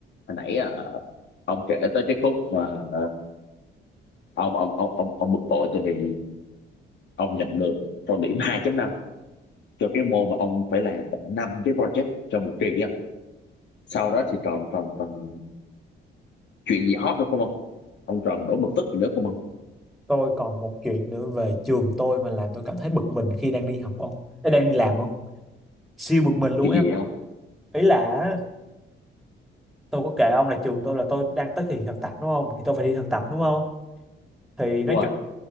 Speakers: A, on the left; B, in the centre.
A: hồi nãy ờ, ông kể tới cái khúc mà ông ông ông ông ông bực bội tại vì ông nhận được con điểm hai chấm năm cho cái môn mà ông phải làm tận 5 cái project trong một kỳ đi không? Sau đó thì còn còn còn chuyện gì hot nữa không ông? Ông còn nổi bực tức gì nữa không ông?
B: tôi còn một chuyện nữa về trường tôi mà làm tôi cảm thấy bực mình khi đang đi học ông Ê, đang đi làm không siêu bực mình luôn
A: Chuyện
B: ấy
A: gì vậy ông?
B: ý là á, tôi có kể ông là trường tôi là tôi đang tới kỳ thực tập đúng không thì tôi phải đi thực tập đúng không thì nói
A: Đúng rồi,
B: chung